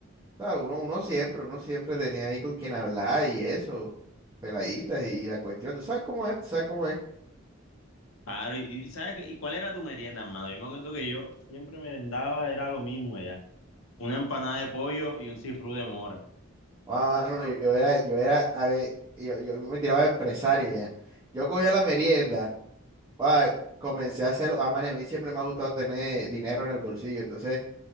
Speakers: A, on the right; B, on the left.
A: O sea, uno, uno siempre, uno siempre tenía ahí con quien hablar y eso, peladitas y, la cuestión. ¿Tú sabes cómo es? ¿Tú sabes cómo es?
B: Claro, y, y ¿sabes? qué? ¿Y cuál era tu merienda, hermano? Yo me acuerdo que yo siempre merendaba, era lo mismo ya. Una empanada de pollo y un cifrú de mora.
A: Ah, mano, yo era, yo era, a ver, yo, yo me tiraba de empresario ya. Yo cogía la merienda, ah, comencé a hacerlo. Ah, man, y a mí siempre me ha gustado tener dinero en el bolsillo. Entonces,